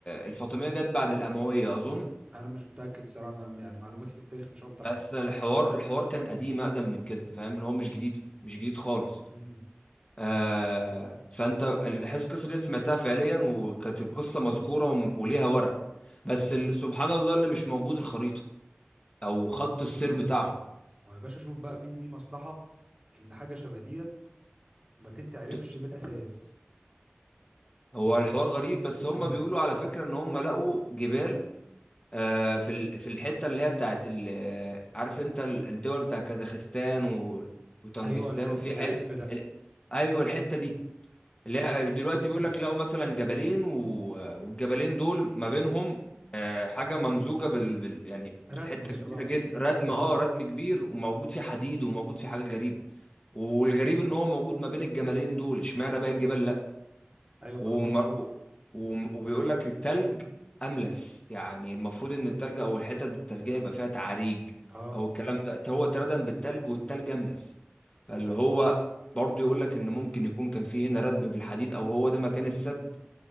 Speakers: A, on the left (about 25°); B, on the right (about 25°).
A: الفاطميه جت بعد الامويه اظن
B: انا مش متاكد الصراحه انا يعني معلوماتي في التاريخ مش افضل
A: بس
B: حاجه
A: الحوار الحوار كان قديم اقدم من كده فاهم اللي هو مش جديد مش جديد خالص
B: امم
A: آه فانت الحس القصه دي سمعتها فعليا وكانت القصه مذكوره وم- وليها ورق بس ال- سبحان الله اللي مش موجود الخريطه او خط السير بتاعهم
B: هو يا باشا شوف بقى مين ليه مصلحه ان حاجه شبه ديت ما تتعرفش
A: ت-
B: من الاساس
A: هو الحوار غريب بس
B: <clears throat>
A: هم بيقولوا على فكره ان هم لقوا جبال آه في ال- في الحته اللي هي بتاعت ال- آه، عارف انت ال- الدول بتاع كازاخستان و- وطنجستان
B: ايوه ال- العب
A: وفي ح...
B: ده
A: ال- ايوه الحته دي اللي هي دلوقتي
B: <clears throat>
A: بيقول لك لقوا مثلا جبلين و... والجبلين دول ما بينهم آه، حاجه ممزوجه بال... بال... يعني
B: ردم
A: حته
B: شبه
A: كبيره جدا ردم
B: اه
A: اه ردم كبير وموجود فيه حديد وموجود فيه حاجات غريبه والغريب ان هو موجود ما بين الجبلين دول اشمعنى بقى الجبال
B: ايوه
A: وم...
B: ما ده مظبوط
A: وم... وبيقول لك التلج املس يعني المفروض ان التلج او الحتت التلجيه يبقى فيها تعاريج
B: اه
A: او الكلام ده هو اتردم بالتلج والتلج املس فاللي هو برضه يقول لك ان ممكن يكون كان فيه هنا ردم بالحديد او هو ده مكان السد